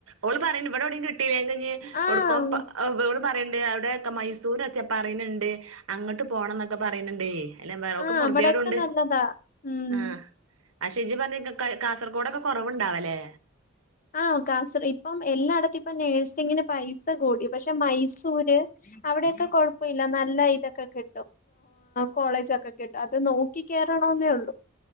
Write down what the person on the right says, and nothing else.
ഓള് പറയണ്ട് ഇവിടെവിടും കിട്ടില്ലേങ്കി ഇനി
ഒടുക്കോ <unintelligible> പറയണ്ട് അവിടെ ഒക്കെ മൈസൂർ വച്ചാ പറയ്ന്ന്ണ്ട് അങ്ങോട്ട് പോണം എന്നൊക്കെ പറയുന്നുണ്ടേ എല്ലാ വേറൊക്കെ
പോർതിയേഡ്ണ്ട്
ആഹ് ആ ഷിജി പറഞ്ഞ കാസർകോഡൊക്കെ കൊറവുണ്ടാവലേ